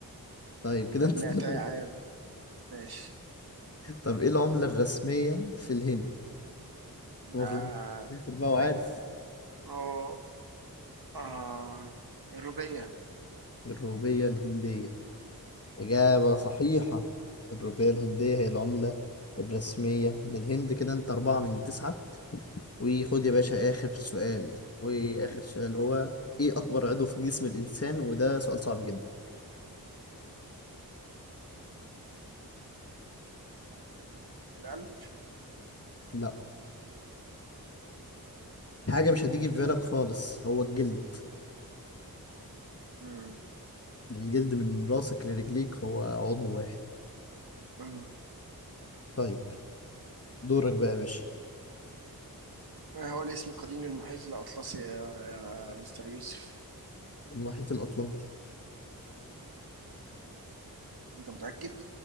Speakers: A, on the left (about 40°); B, on the right (about 85°).
A: طيب كده
B: بل
A: انت
B: 200
A: <laughs> 3
B: عام ماشي
A: طب ايه العملة الرسمية في الهند المفروض
B: آه
A: سافر بقى وعارف
B: أو آه الربيع
A: الروبية الهندية إجابة صحيحة الروبية الهندية هي العملة الرسمية للهند كده أنت أربعة من تسعة وخد يا باشا آخر سؤال وآخر سؤال هو إيه أكبر عضو في جسم الإنسان وده سؤال صعب جدا
B: القلب
A: لا حاجة مش هتيجي في بالك
B: لا.
A: خالص هو الجلد
B: م-
A: الجلد من راسك لرجليك هو عضو واحد
B: م.
A: طيب دورك بقى يا باشا
B: ما هو الاسم القديم للمحيط الأطلسي يا, يا مستر يوسف
A: المحيط الأطلنطي
B: أنت متأكد؟